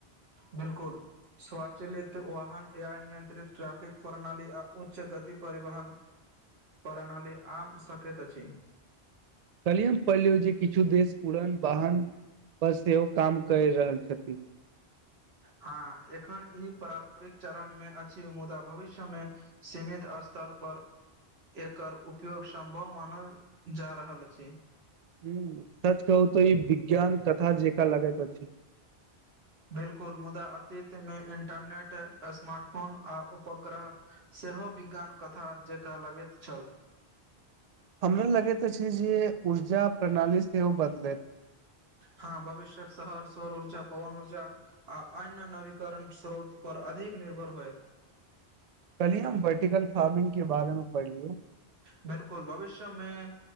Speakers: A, on the right; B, on the right.
A: बिल्कुल, स्वचलित वाहन, अनियंत्रित ट्रैफिक प्रणाली आ उच्च गति पर। परिवहन प्रणाली आम सकैत अछि।
B: कल्हि हम पलियौ जे किछु देश उड़न। वाहन पर सेहो काम कर रहल छथि।
A: हँ, एखन ई प्रारम्भिक चरण में अछि मुदा भविष्य में सीमित अ। स्तर पर, एकर उपयोग सम्भव मानल जा रहल अछि।
B: ह सच कहू त ई विज्ञान कथा जेका लगैत अछि।
A: बिल्कुल, मुदा अतीत में मे इंटरनेट स्मार्ट फोन आ उपग्रह। सेहो विज्ञान कथा जकाँ लगैत छल।
B: हमरा लगैत अछि, जे ऊर्जा प्रणाली सेहो बदलथि। <inaudible>
A: हँ भविष्यक शहर सौर ऊर्जा पवन ऊर्जा आ अन्य नवीकरण स्रोत पर अधिक। निर्भर होयत।
B: कलिय हम वर्टिकल फार्मिंग के बारे में पढ़िलियौ।
A: बिल्कुल भविष्य में।